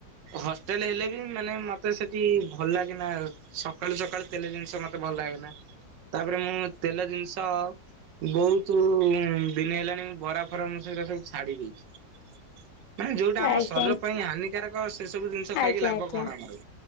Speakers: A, on the right (about 85°); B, on the left (about 75°).
A: ହଷ୍ଟେଲ୍ ହେଲେ ବି ମାନେ ମତେ ସେଠି ଭଲ ଲାଗେନା ସକାଳୁ ସକାଳୁ ତେଲ ଜିନିଷ ମତେ ଭଲ ଲାଗେନା ତାପରେ ମୁଁ ତେଲ ଜିନିଷ ବହୁତୁ ଦିନି ହେଲାଣି ମୁଁ ବରା ଫରା ମୁଁ ସେରା ସେଗୁରା ସବୁ ଛାଡି ଦେଇଚି। ମାନେ ଯଉଟା ଆମ
B: ଆଜ୍ଞା
A: ଶରୀର ପାଇଁ ହାନିକାରକ ସେ ସବୁ ଜିନିଷ
B: ଆଜ୍ଞା
A: ଖାଇକି ଲାଭ
B: ଆଜ୍ଞା
A: କଣ ଆମର।